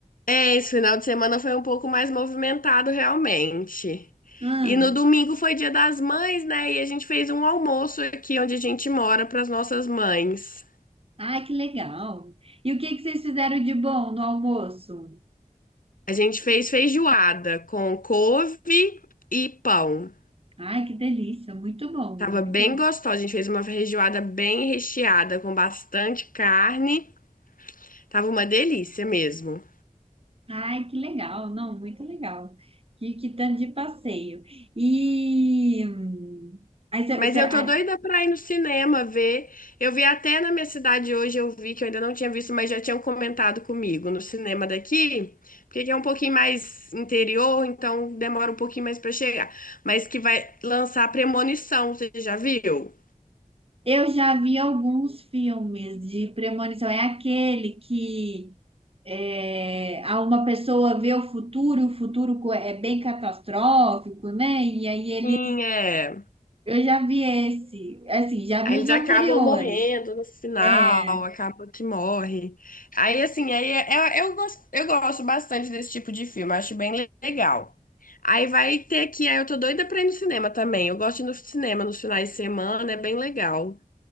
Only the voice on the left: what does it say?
É, esse final de semana foi um pouco mais movimentado realmente.
E no domingo foi Dia das Mães, né? E a gente fez um almoço aqui onde a gente mora para as nossas mães.
A gente fez feijoada com couve e pão.
Tava
bem
gostosa. A gente fez uma feijoada bem recheada com bastante carne. Tava uma delícia mesmo.
Mas
eu
tô doida pra ir no cinema ver. Eu vi até na minha cidade hoje, eu vi que eu ainda não tinha visto, mas já tinham comentado comigo no cinema daqui, porque aqui é um pouquinho mais interior, então demora um pouquinho mais pra chegar. Mas que vai lançar Premonição, você já viu?
Sim, é.
Aí
eles
acabam morrendo no final,
acaba que morre. Aí, assim, aí é- é- eu, gosto, eu gosto bastante desse tipo de filme, acho bem le- legal. Aí vai ter aqui, aí eu tô doida pra ir no cinema também. Eu gosto de ir no cinema nos finais de semana, é bem legal.